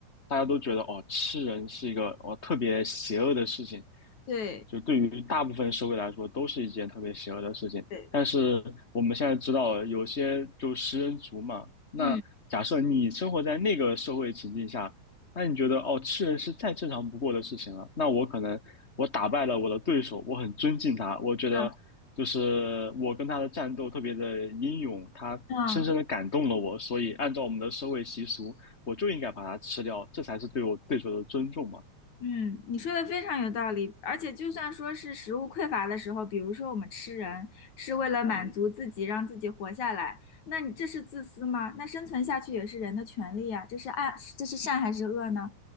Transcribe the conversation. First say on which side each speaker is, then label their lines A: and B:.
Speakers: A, on the left; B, on the left.
A: 大家都觉得哦，吃人是一个哦特别邪恶的事情，
B: 对
A: 就对于大部分社会来说都是一件特别邪恶的事情。
B: 对，
A: 但是我们现在知道有些就食人族嘛，那假设你生活在那个社会情境下，
B: 嗯
A: 那你觉得哦，吃人是再正常不过的事情了。那我可能我打败了我的对手，我很尊敬他，我觉得就是我跟他的战斗特别的英勇，
B: 嗯
A: 他深深的感动了我，
B: 嗯。
A: 所以按照我们的社会习俗，我就应该把他吃掉，这才是对我对手的尊重嘛。
B: 嗯，你说的非常有道理，而且就算说是食物匮乏的时候，比如说我们吃人是为了满足自己，让自己活下来，那你这是自私吗？那生存下去也是人的权利呀，这是爱，这是善还是恶呢？